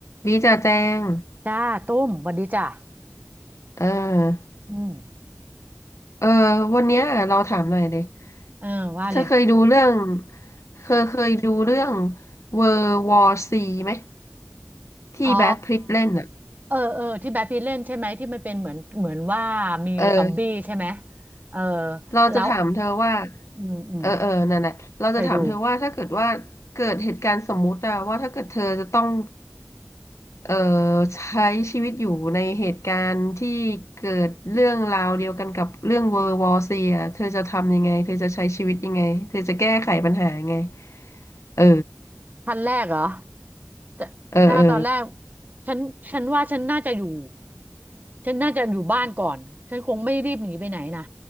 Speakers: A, on the left; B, on the right.
A: ดีจ่าแจง
B: จ้า ตุ้มสวันดีจ้า
A: เออ
B: อืม
A: เออวันเนี้ยเราถามหน่อยเลย
B: เออว่าเลย
A: เธอเคยดูเรื่องเคยเคยดูเรื่อง World War C ไหมที่แบทพิตต์เล่นอ่ะ
B: อ๋อเออ เออ ที่แบทพีทเล่นใช่ไหม ที่มันเป็นเหมือน เหมือนว่ามีซอมบี้ใช่ไหม
A: เออ
B: เออ
A: เราจะถามเธอว่า
B: แล้ว อืม อืม
A: เออเออนั่นแหละเราจะถามเธอว่าถ้าเกิดว่าเกิดเหตุการณ์สมมุติอะว่าถ้าเกิดเธอจะต้อง
B: เคยดู
A: เอ่อใช้ชีวิตอยู่ในเหตุการณ์ที่เกิดเรื่องราวเดียวกันกับเรื่องเวอร์วอซีอะเธอจะทำยังไงเธอจะใช้ชีวิตยังไงเธอจะแก้ไขปัญหายังไงเออ
B: พันแรกเหรอแต่ถ้าตอนแรก
A: เออเออ
B: ฉันฉันว่าฉันน่าจะอยู่ฉันน่าจะอยู่บ้านก่อนฉันคงไม่รีบหนีไปไหนนะ